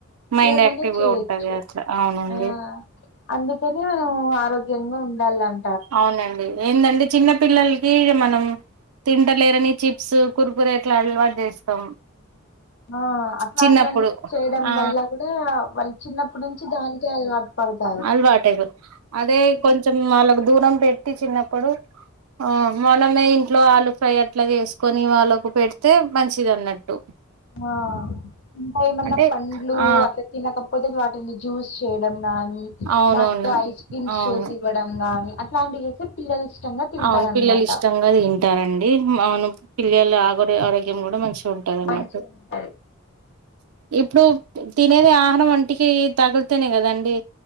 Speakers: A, on the right; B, on the left.
A: మైండ్
B: ఏమన
A: యాక్టివ్
B: చేయొచ్చు
A: గా ఉంటది అట్లా అవునండి
B: ఆ అందుకనే ఆరోగ్యంగా ఉండాలం
A: అవునండి ఏందంటే చిన్న పిల్లలకి మనం తింటలేరని చిప్స్ కుర్కురే ఇట్ల అలవాటు చేస్తాం
B: ఆ అట్లాంటివన్నీ
A: చిన్నప్పుడు
B: చేయడం
A: ఆ
B: వల్ల కూడా వాళ్ళు చిన్నప్పటి నుంచి దానికే అటు పడతా
A: అలవాటైపోతది అదే కొంచెం వాళ్ళకు దూరం పెట్టి చిన్నప్పుడు ఆ మనమే ఇంట్లో ఆలు ఫ్రై అట్లా చేసుకొని వాళ్ళకు పెడితే మంచిది అన్నట్టు
B: ఆ ఇంకా ఏమన్న
A: అంటే
B: పండ్లు
A: ఆ
B: అట్లా తినకపోతే వాటిని జ్యూస్ చేయడం గానీ
A: అవునవును
B: వాటితో ఐస్ క్రీమ్స్
A: అవును
B: చేసి ఇవ్వడం గాని అట్లాంటివి చేేస్తె పిల్లలు ఇష్టంగా తింటారనమాట
A: అవును పిల్లలు ఇష్టంగా తింటారండి అవును పిల్లలు ఆగోరె ఆరోగ్యం కూడా మంచి ఉంటదన్నట్టు
B: మంచిగా ఉంటది
A: ఇప్పుడు తినేది ఆహరం ఒంటికి తగులుతేనే కదండి